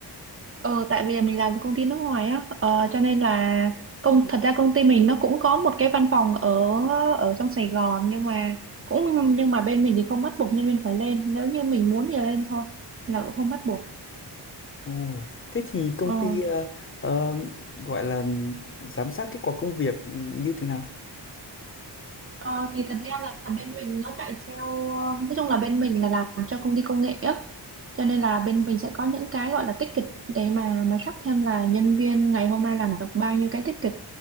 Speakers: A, on the right (about 35°); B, on the left (about 30°).
A: ờ, tại vì mình làm với công ty nước ngoài á ờ, cho nên là công thật ra công ty mình nó cũng có một cái văn phòng ở ở trong Sài Gòn nhưng mà cũng nhưng mà bên mình thì không bắt buộc nhân viên phải lên nếu như mình muốn thì lên thôi là cũng không bắt buộc
B: Ồ, thế thì công
A: Ờ.
B: ty ờ, ờ, gọi là giám sát kết quả công việc như thế nào?
A: Ờ, thì thật ra là bên mình nó chạy theo ờ, nói chung là bên mình là làm cho công ty công nghệ á cho nên là bên mình sẽ có những cái gọi là ticket để mà mà track thêm là nhân viên ngày hôm nay làm được bao nhiêu cái ticket